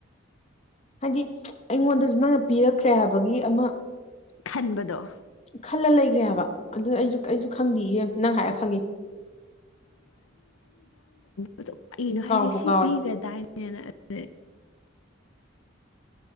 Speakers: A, on the left (about 35°); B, on the left (about 80°).
A: ꯍꯥꯏꯗꯤ ꯑꯩꯉꯣꯟꯗꯁꯨ ꯅꯪꯅ ꯄꯤꯔꯛꯈ꯭ꯔꯦ ꯍꯥꯏꯕꯒꯤ ꯑꯃ
B: ꯈꯟꯕꯗꯣ
A: ꯈꯜꯂ ꯂꯩꯈ꯭ꯔꯦ ꯍꯥꯏꯕ ꯑꯗꯨ ꯑꯩꯁꯨ ꯑꯩꯁꯨ ꯈꯪꯗꯦꯌꯦ ꯅꯪ ꯍꯥꯏꯔ ꯈꯪꯉꯤ
B: ꯑꯗꯨ ꯀꯩꯅꯣ
A: ꯀꯥꯎꯕꯨ
B: ꯍꯥꯏꯁꯦ ꯁꯤ
A: ꯀꯥꯎꯔꯦ
B: ꯄꯤꯈ꯭ꯔꯗꯥꯏꯅꯦꯅ ꯑꯗꯨꯅꯦ